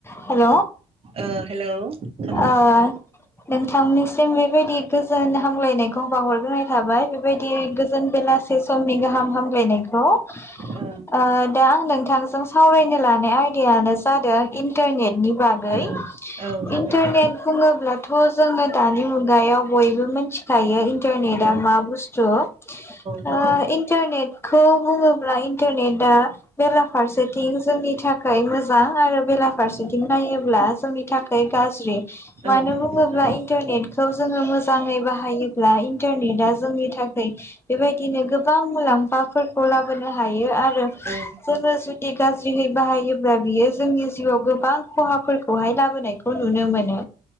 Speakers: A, on the left; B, on the right.
A: हेल'
B: ओ हेलौ औ
A: ओ नोंथांनिसिम बेबायदि गोजोन हामलायनायखौ बावहरग्रोनाय थाबाय बेबायदि गोजोन बेलासे समनि गाहाम हामलायनायखौ ओ
B: औ
A: दा आं नोंथां जों सावरायनो लानाय आयदायानो जादों इन्टारनेटनि बागै
B: औ औ जागोन
A: इन्टारनेट
B: दे
A: बुङोब्लाथ' जोङो दानि मुगायाव बयबो मिथिखायो इ न्टारनेट
B: औ
A: आ मा बुस्थु आ
B: नोंगौ
A: इन्टारनेट खौ बुङोब्ला इन्टारनेटआ बेलाफारसेथिं जोंनि थाखाय मोजां आरो बेलाफारसेथिं नायोब्ला जोंनि थाखाय गाज्रि । मानो
B: औ नोंगौ औ
A: बुङोब्ला
B: नोंगौ
A: इन्टारनेट खौ जोङो मोजाङै बाहायोब्ला इन्टारनेटआ जोंनि थाखाय बेबायदिनो गोबां मुलाम्फाफोरखौ लाबोनो हायो आरो
B: औ
A: जोङो जु दि गाज्रियै बाहायोब्ला बियो जोंनि जिउआव गोबां खहाफोरखौहाय लाबोनायखौ नुनो मोनो।